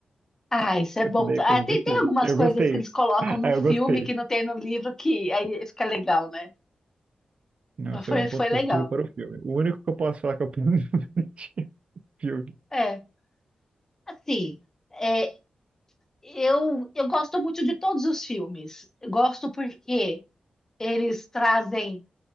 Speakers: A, on the left (about 15°); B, on the right (about 45°).
A: Ah, isso é bom.
B: Isso daí
A: Ah,
B: é coisa
A: tem,
B: do
A: tem
B: filme.
A: algumas
B: Eu
A: coisas
B: gostei.
A: que eles colocam
B: Ah,
A: no filme
B: eu gostei.
A: que não tem no livro que aí fica legal, né?
B: Não,
A: Mas
B: isso
A: foi,
B: é um ponto
A: foi
B: positivo
A: legal.
B: para o filme. O único que eu posso falar que é um ponto <laughs> positivo do filme.
A: É, assim. é, Eu, eu gosto muito de todos os filmes. Gosto porque eles trazem